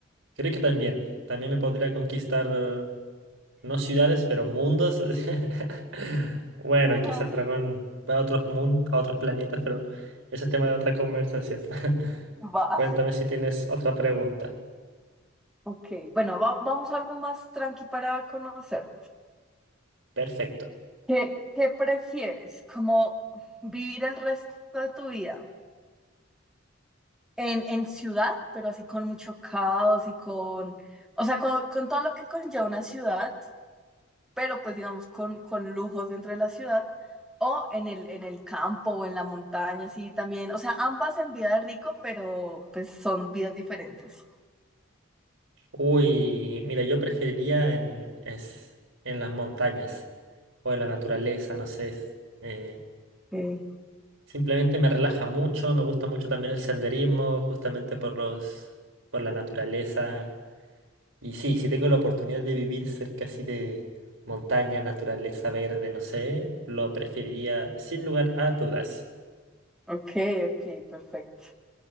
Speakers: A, on the right; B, in the centre.
A: creo que también, también me podría conquistar, eh, no ciudades, pero mundos. <laughs> Bueno,
B: ajá,
A: quizá el dragón va a otros mundos, a otros planetas, pero ese es tema de otra conversación. <laughs>
B: va,
A: Cuéntame si tienes otra pregunta.
B: ok, bueno, va- vamos a algo más tranqui para conocer.
A: Perfecto.
B: ¿Qué, qué prefieres? ¿Como vivir el resto de tu vida? en, en ciudad, pero así con mucho caos y con, o sea, con, con todo lo que conlleva una ciudad, pero pues digamos con, con lujos dentro de la ciudad, o en el, en el campo o en la montaña, así también, o sea, ambas en vida de rico, pero pues son vidas diferentes.
A: Uy, mira, yo preferiría en, es, en las montañas o en la naturaleza, no sé. eh,
B: Ok,
A: Simplemente me relaja mucho, me gusta mucho también el senderismo, justamente por los, por la naturaleza. Y sí, si tengo la oportunidad de vivir cerca así de montaña, naturaleza verde, no sé, lo preferiría sin lugar a dudas.
B: ok, ok, perfecto.